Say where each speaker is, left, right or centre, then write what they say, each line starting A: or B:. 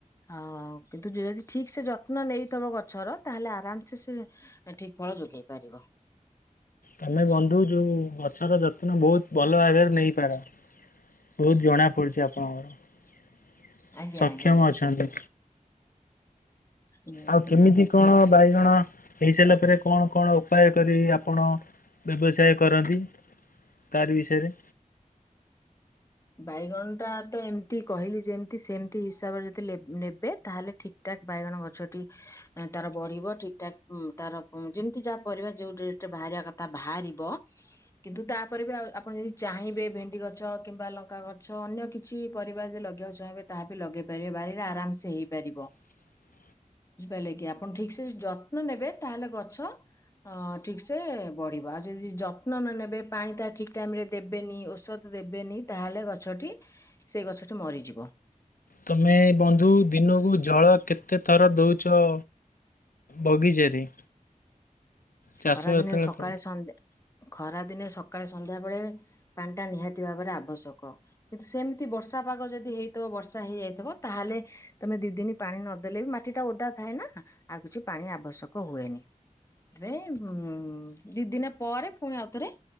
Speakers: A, on the left; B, on the left.
A: ହଉ କିନ୍ତୁ ଯଦି ଠିକ ସେ ଯତ୍ନ ନେଇଥବ ଗଛର ତାହେଲେ ଆରାମ ସେ ସେ ଠିକ ଫଳ ଯୋଗେଇ ପାରିବ।
B: ତୋମେ ବନ୍ଧୁ ଯୋଉ ଗଛର ଯତ୍ନ ବହୁତ ଭଲ ଭାବରେ ନେଇପାର। ବହୁତ ଜଣା ପଡୁଛି ଆପଣଙ୍କର
A: ଆଜ୍ଞା
B: ସକ୍ଷମ
A: ଆଜ୍ଞା।
B: ଅଛନ୍ତି।
A: ଉଁ
B: ଆଉ କେମିତି କଣ ବାଇଗଣ ହେଇସାଇଲା ପରେ କଣ କଣ ଉ ପାୟ କରି ଆପଣ ବ୍ୟବସାୟ କରନ୍ତି ତାରି ବିଷୟରେ?
A: ବାଇଗଣ ଟା ତ ଏମତି କହିଲି ଯେମତି ସେମତି ହିସାବରେ ଯଦି ଲେ-ନେବେ ତାହେଲେ ଠିକ୍ ଟାକ ବାଇଗଣ ଗଛଟି ଏଁ, ତାର ବଢିବ ଠିକ ଠାକ୍ ଉଁ, ତାର ଉଁ, ଯେମିତି ଯା ପରିବା ଯୋଉ ଡେଟ୍ ରେ ବାହାରିବା କଥା ଭାରିବ। କିନ୍ତୁ ତାପରେ ବି ଆଉ ଆପଣ ଯଦି ଚାହିଁବେ ଭେଣ୍ଡି ଗଛ କିମ୍ବା ଲ ଙ୍କା ଗଛ ଅନ୍ୟ କିଛି ପରିବା ଯେ ଲଗେଇବାକୁ ଚାହିଁବେ ତାହା ବି ଲଗେଇ ପାରିବେ ବାରିରେ ଆରାମ ସେ ହେଇପାରିବ।
B: ହ
A: ବୁଝିପାରିଲେ କି ଆପଣ ଠିକ ସେ <unintelligible> ଯତ୍ନ ନେବେ ତାହେଲେ ଗଛ ଅ, ଠିକ ସେ ବଢିବ। ଆଉ ଯଦି ଯତ୍ନ ନ ନେବେ ପାଣି ତା ଠିକ ଟାଇମ୍ ରେ ଦେବେନି। ଔଷ ଧ ଦେବେନି ତାହେଲେ ଗଛଟି ସେଇ ଗଛଟି ମରିଯିବ।
B: ତୋମେ ବନ୍ଧୁ ଦିନକୁ ଜଳ କେତେ ଥର ଦଉଛ ବଗିଚାରେ? ଚାଷ
A: ଖରା
B: ଯେତେବେଳେ
A: ଦିନେ ସକାଳେ
B: କର
A: ସନ୍ଦେ ଖରାଦିନେ ସକାଳେ ସନ୍ଧ୍ୟା ବେଳେ ପାଣି ଟା ନିହାତି ଭାବରେ ଆବଶ୍ୟକ। କିନ୍ତୁ ସେମିତି ବର୍ଷା ପାଗ ଯଦି ହେଇଥିବ ବର୍ଷା ହେଇଯାଇଥିବ ତାହେଲେ ତୋମେ ଦି ଦିନ ପାଣି ନଦେଲେ ବି ମାଟି ଟା ଓଦା ଥାଏ ନା ଆଉ କିଛି ପାଣି ଆବଶ୍ୟକ ହୁଏନି। ରେ ଉଁ, ଦି ଦିନ ପରେ ପୁଣି ଆଉଥରେ